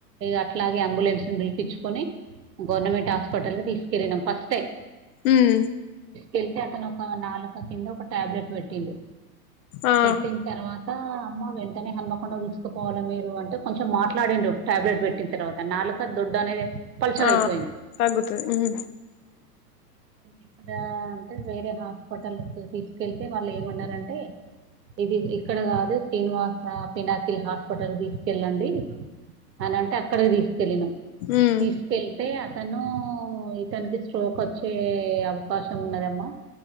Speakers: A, on the right; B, on the left.
A: అట్లాగే అంబులెన్స్ ను పిలిపించుకొని గవర్నమెంట్ హాస్పిటల్ కి తీసుకెళ్ళినాం ఫస్ట్ టైం
B: హ్మ్
A: వెళ్తే అతను ఒక నాలుక కింద ఒక టాబ్లెట్ పెట్టిండు
B: ఆ
A: పెట్టిన తర్వాత అమ్మ వెంటనే హన్మకొండ తీసుకుపోవాలి మీరు అంటే కొంచెం మాట్లాడిండు టాబ్లెట్ పెట్టిన తర్వాత నాలుక ఫుడ్ అనేది పలుచగా
B: ఆ
A: అయిపోయింది
B: తగ్గుతది ఉమ్
A: ఇక్కడ అంటే వేరే హాస్పిటల్ తీసుకెళ్తే వాళ్ళు ఏమన్నారంటే ఇది ఇక్కడ కాదు శ్రీనివాస పినాకిల్ హాస్పిటల్ తీస్ సుకెళ్ళండి అనంటే అక్కడికి తీసుకెళ్ళినాం
B: ఉమ్
A: తీసుకెళ్ళి అయితే అతను ఇతనికి స్ట్రోక్ వచ్చే అవకాశం ఉన్నదమ్మా